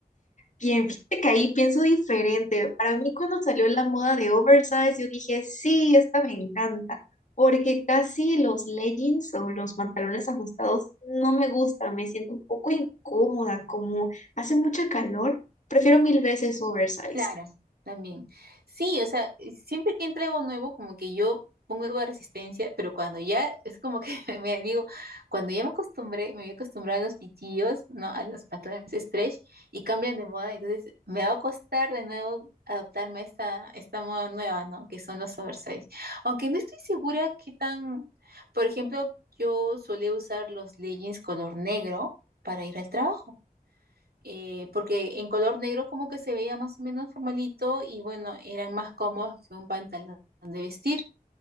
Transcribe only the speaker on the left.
Bien, fíjate que ahí pienso diferente. Para mí cuando salió la moda de oversize, yo dije, sí, esta me encanta, porque casi los leggings o los pantalones ajustados no me gustan, me siento un poco incómoda, como hace mucha calor, prefiero mil veces oversize.